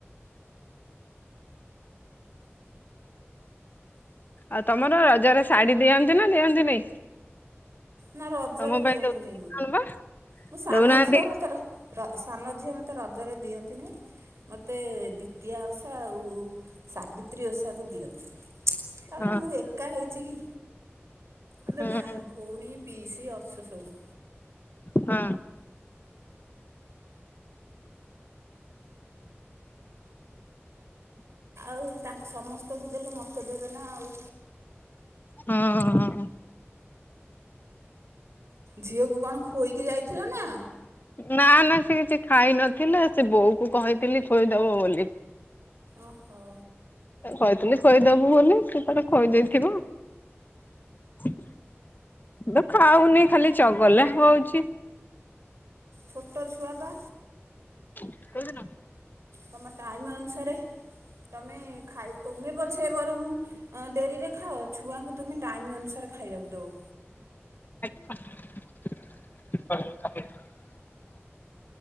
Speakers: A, on the left; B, on the right.
A: ଆଉ ତମର ରଜରେ ଶାଢୀ ଦିଅନ୍ତି ନା ଦିଅନ୍ତିନି?
B: ନା ରଜରେ
A: ତମ ପାଇଁ
B: ଦିଅନ୍ତିନି
A: ଦଉନାହାନ୍ତି ବା
B: ମୁଁ ସାନ
A: ଦଉନାହାନ୍ତି
B: ଝିଅ ମୋତେ ର ସାନ ଝିଅ ମତେ ରଜରେ ଦିଅନ୍ତିନେଇ ମତେ ମୋତେ ଦ୍ୱିତୀୟା ଓଷା ଆଉ ସାବିତ୍ରୀ ଓଷାକୁ ଦିଅନ୍ତି। ତାପରେ
A: ହଁ
B: ମୁଁ ଏକା ହେଇଛି କି ଆମେ
A: ହଁ
B: ଭାଇ ଭଉଣୀ ପିଇସୀ ଅଛୁ ସବୁ।
A: ହଁ।
B: ଆଉ ତାଙ୍କ ସମସ୍ତଙ୍କୁ ଦେଲେ ମତେ ତ ଦେବେ ନା ଆଉ
A: ହଁ।
B: ଝିଅକୁ କଣ ଖୋଇକି ଯାଇଥିଲା ନା?
A: ନା ନା ସେ କିଛି ଖାଇ ନଥିଲା ସେ ବୋଉ କୁ କହିଥିଲି ଖୋଇଦବ ବୋଲି।
B: ଓହୋ।
A: କହିଥିଲି ଖୋଇଦବୁ ବୋଲି ସେ ତାର ଖୋଇଦେଇଥିବ। ଇଏ ତ ଖାଉନି ଖାଲି ଚ ଗଲା ହଉଛି।
B: ଛୋଟ ଛୁଆ ବା
A: କୋଉଦିନ?
B: ତମ ଟାଇମ ଅନୁସାରେ ସାରେ ତମେ ଖାଇ ତୁମେ ପଛେ ବରଂ ଡେରିରେ ଖାଅ ଛୁଆଙ୍କୁ ତୁମେ ଟାଇମ୍ ଅନୁସାରେ ଖାଇବାକୁ ଦବ।
A: <unintelligible>